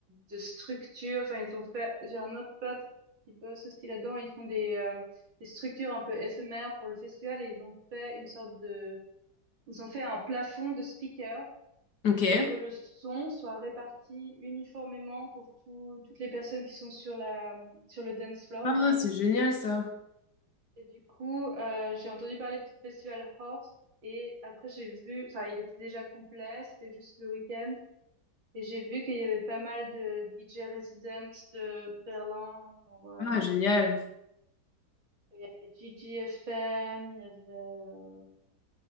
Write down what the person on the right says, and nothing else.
de structure. Enfin, ils ont fait... J'ai un autre pote qui bosse aussi là-dedans. Ils font des, euh, des structures un peu éphémères pour le festival et ils ont fait une sorte de ils ont fait un plafond de speaker
pour que le son soit réparti uniformément pour tout- toutes les personnes qui sont sur la, sur le dance floor,
en fait.
Et du coup, euh, j'ai entendu parler de ce festival Horse et après j'ai vu, enfin, il était déjà complet, c'était juste le week-end. Et j'ai vu qu'il y avait pas mal de DJ résidents de Berlin. genre, euh,
il y avait Gigi FM, il y avait, euh,